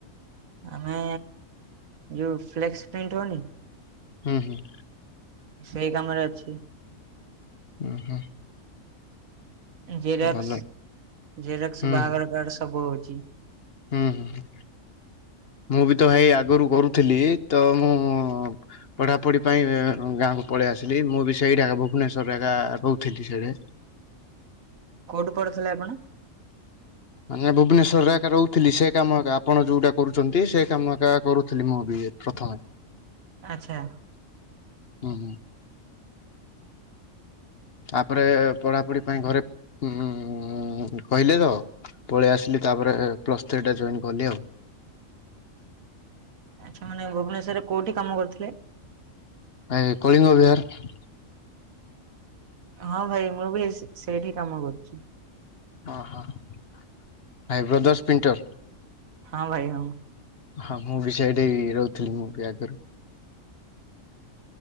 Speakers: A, on the right; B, on the left.
A: ଆମେ ଯୋଉ ଫ୍ଲେକ୍ସ ପ୍ରିଣ୍ଟ ହଉନି?
B: ହୁଁ ହୁଁ।
A: ସେଇ କାମରେ ଅଛି।
B: ହୁଁ ହୁଁ।
A: ଜେରକ୍ସ
B: ଭଲ
A: ଜେରକ୍ସ,
B: ହୁଁ
A: ବାହାଘର କାର୍ଡ ସବୁ ହଉଛି।
B: ହୁଁ ହୁଁ, ମୁଁ ବି ତ ଭାଇ ଆଗରୁ କରୁଥିଲି, ତ ମୁଁ ପଢ଼ାପଢ଼ି ପାଇଁ ଗାଁକୁ ପଳେଇଆସିଲି, ମୁଁ ବି ସେଇଠି ଏକା ଭୁବନେଶ୍ୱର ଏକା ରହୁଥିଲି ସେଇଠି।
A: କୋଉଠୁ ପଢୁଥିଲେ ଆପଣ?
B: ମାନେ ଭୁବନେଶ୍ୱରରେ ଏକା ରହୁଥିଲି ସେ କାମ ଏକା ଆପଣ ଯୋଉଟା କରୁଚନ୍ତି ସେ କାମ ଏକା କରୁଥିଲି ମୁଁ ବି ପ୍ରଥମେ।
A: ଆଚ୍ଛା।
B: ହୁଁ ହୁଁ। ତାପରେ ପଢାପଢି ପାଇଁ ଘରେ ଉଁ କହିଲେ ତ। ପଳେଇ ଆସିଲି ତାପରେ ପ୍ଲସ ଥ୍ରୀ ଟେ ଜଏନ୍ କଲି ଆଉ।
A: ଆଚ୍ଛା ମାନେ ଭୁବନେଶ୍ୱରରେ କୋଉଠି କାମ କରୁ ଥିଲେ?
B: ଏଇ କଳିଙ୍ଗ ବିହାର।
A: ହଁ ଭାଇ, ମୁଁ ବି ସେ ସେଇଠି କାମ କରୁଛି।
B: ଅ ହ ଭାଇବ୍ରଦର୍ସ ସ୍ପିଣ୍ଟର।
A: ହଁ ଭାଇ ହଁ।
B: ହଁ ମୁଁ ବି ସେଇଠି ରହୁଥିଲି, ମୁଁ ବି ଆଗରୁ।